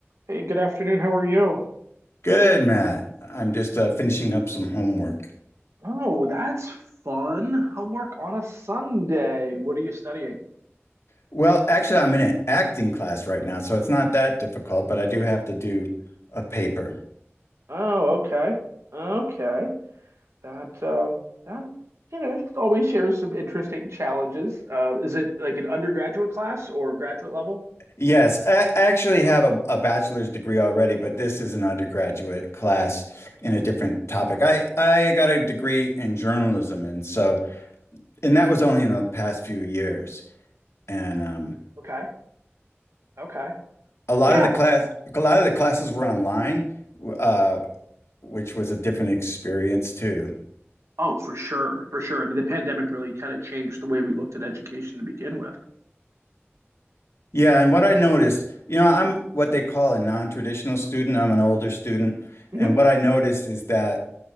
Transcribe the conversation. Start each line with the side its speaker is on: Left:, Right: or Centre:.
Right: Hey, good afternoon. How are you?
Left: Good, Matt. I'm just uh, finishing up some homework.
Right: Oh, that's fun. Homework on a Sunday. What are you studying?
Left: Well, actually, I'm in an acting class right now, so it's not that difficult, but I do have to do a paper.
Right: Oh, okay. Okay. That um that you know always shares some interesting challenges. Uh is it like an undergraduate class or graduate level?
Left: Yes, I, I actually have a, a bachelor's degree already, but this is an undergraduate class in a different topic. I, I got a degree in journalism, and so, and that was only in the past few years. And um,
Right: Okay. Okay.
Left: a lot
Right: Yeah.
Left: of the class, a lot of the classes were online, w- uh, which was a different experience too.
Right: Oh, for sure. For sure. I mean, the pandemic really kind of changed the way we looked at education to begin with.
Left: Yeah, and what I noticed, you know, I'm what they call a non-traditional student. I'm an older student,
Right: hmm
Left: and what I noticed is that